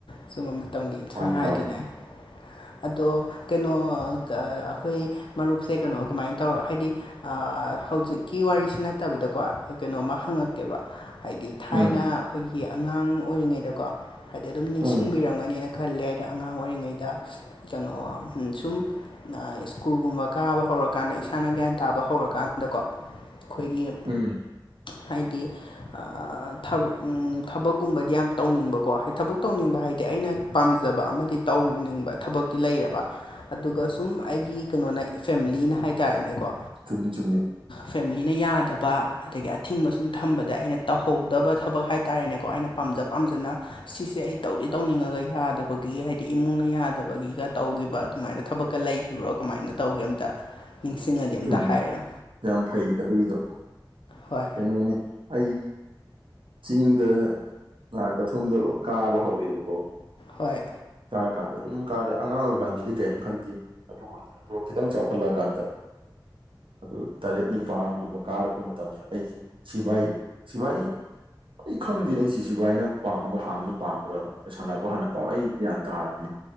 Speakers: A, on the left (about 75°); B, on the right (about 90°).
A: ꯁꯨꯝꯕ ꯃꯇꯝꯒꯤ ꯏꯟꯁꯥꯡ
B: ꯃꯥꯅꯤ
A: ꯍꯥꯏꯗꯨꯅꯦ
B: ꯃꯥꯅꯤ
A: ꯑꯗꯣ ꯀꯩꯅꯣ ꯑꯥ ꯀꯥ ꯑꯈꯣꯏ ꯃꯔꯨꯞꯁꯦ ꯀꯩꯅꯣ ꯀꯃꯥꯏꯟ ꯇꯧꯔꯥ ꯍꯥꯏꯗꯤ ꯑꯥ ꯍꯧꯖꯤꯛꯀꯤ ꯋꯥꯔꯤꯁꯤ ꯅꯠꯇꯕꯤꯗꯀꯣ ꯀꯩꯅꯣꯝꯃ ꯍꯪꯉꯛꯀꯦꯕ ꯍꯥꯏꯗꯤ ꯊꯥꯏꯅ
B: ꯎꯝ
A: ꯑꯈꯣꯏꯒꯤ ꯑꯉꯥꯡ ꯑꯣꯏꯔꯤꯉꯩꯗꯀꯣ ꯍꯥꯏꯗꯤ ꯑꯗꯨꯝ ꯅꯤꯡꯁꯤꯡꯕꯤꯔꯝꯒꯅꯤꯅꯦ
B: ꯎꯝ
A: ꯈꯜꯂꯦ ꯗꯥ ꯑꯉꯥꯡ ꯑꯣꯏꯔꯤꯉꯩꯗ ꯀꯩꯅꯣ ꯍꯝ ꯁꯨꯝ ꯅꯥ ꯁ꯭ꯀꯨꯜꯒꯨꯝꯕ ꯀꯥꯕ ꯍꯧꯔꯀꯥꯟꯗ ꯏꯁꯥꯅ ꯒ꯭ꯌꯥꯟ ꯇꯥꯕ ꯍꯧꯔꯀꯥꯟꯗꯀꯣ ꯈꯣꯏꯒꯤ
B: ꯎꯝ
A: ꯍꯥꯏꯗꯤ ꯑꯥ ꯊꯕꯛ ꯎꯝ ꯊꯕꯛꯒꯨꯝꯕꯗꯤ ꯌꯥꯝ ꯇꯧꯅꯤꯡꯕꯀꯣ ꯍꯥ ꯊꯕꯛ ꯇꯧꯅꯤꯡꯕ ꯍꯥꯏꯗꯤ ꯑꯩꯅ ꯄꯥꯝꯖꯕ ꯑꯃꯥꯗꯤ ꯇꯧꯅꯤꯡꯕ ꯊꯕꯛꯇꯤ ꯂꯩꯔꯕ ꯑꯗꯨꯒꯥ ꯁꯨꯝ ꯑꯩꯒꯤ ꯀꯩꯅꯣꯅ ꯐꯦꯝꯂꯤꯅ ꯍꯥꯏꯇꯥꯔꯦꯅꯦꯀꯣ
B: ꯆꯨꯝꯃꯤ ꯆꯨꯝꯃꯤ
A: ꯐꯦꯃꯤꯂꯤꯅ ꯌꯥꯗꯕ ꯑꯗꯒꯤ ꯑꯊꯤꯡꯕ ꯁꯨꯝ ꯊꯝꯕꯗ ꯑꯩꯅ ꯇꯧꯍꯧꯗꯕ ꯊꯕꯛ ꯍꯥꯏꯇꯥꯔꯦꯅꯦꯀꯣ ꯑꯩꯅ ꯄꯥꯝꯖ ꯄꯥꯝꯖꯅ ꯁꯤꯁꯦ ꯑꯩ ꯇꯧꯗꯤ ꯇꯧꯅꯤꯡꯉꯒꯥ ꯌꯥꯗꯕꯒꯤ ꯍꯥꯏꯗꯤ ꯏꯃꯨꯡꯅ ꯌꯥ ꯕꯒꯤꯒ ꯇꯧꯒꯤꯕ ꯑꯗꯨꯃꯥꯏꯅ ꯊꯕꯛꯀ ꯂꯩꯈꯤꯕ꯭ꯔꯣ ꯀꯃꯥꯏꯅ ꯇꯧꯒꯦ ꯑꯝꯇ ꯅꯤꯡꯁꯤꯡꯉꯗꯤ ꯑꯝꯇ
B: ꯆꯨꯝꯃꯤ
A: ꯍꯥꯏꯔꯣ
B: ꯌꯥꯝ ꯐꯩ ꯑꯗꯨꯒꯤꯗꯣ
A: ꯍꯣꯏ
B: ꯀꯩꯅꯣꯅꯤ ꯑꯩ ꯆꯤꯡꯗ ꯂꯥꯑꯒ ꯊꯨꯝꯗꯣ ꯀꯥꯕ ꯍꯧꯔꯦꯕꯀꯣ
A: ꯍꯣꯏ
B: ꯀꯥꯔꯀꯥꯟꯗ ꯑꯗꯨꯝ ꯀꯥꯔꯦ ꯑꯉꯥꯡ ꯑꯣꯏꯔꯤ ꯀꯥꯟꯗꯗꯤ ꯀꯦꯝ ꯈꯟꯗꯦ ꯑꯗꯨ ꯑꯣꯏꯗꯦ ꯑꯗꯨꯒ ꯈꯤꯇꯪ ꯆꯥꯎꯈꯠꯂꯛꯑ ꯀꯥꯟꯗ ꯑꯗꯨ ꯇꯔꯦꯠ ꯅꯤꯄꯥꯜ ꯒꯨꯝꯕ ꯀꯥꯔꯛꯄ ꯃꯇꯝꯗ ꯑꯩꯖꯦ ꯁꯤꯚꯥꯏ ꯁꯤꯚꯥꯏ ꯑꯩ ꯈꯪꯗꯦꯅꯦ ꯁꯤꯁꯤꯕꯥꯏꯅ ꯄꯥꯝꯕ ꯍꯥꯟꯕꯔ ꯄꯥꯝꯕ꯭ꯔꯥ ꯁꯥꯟꯅꯕ ꯍꯥꯟꯅ ꯄꯥꯝꯕ ꯑꯩ ꯒ꯭ꯌꯥꯟ ꯇꯥꯗ꯭ꯔꯦ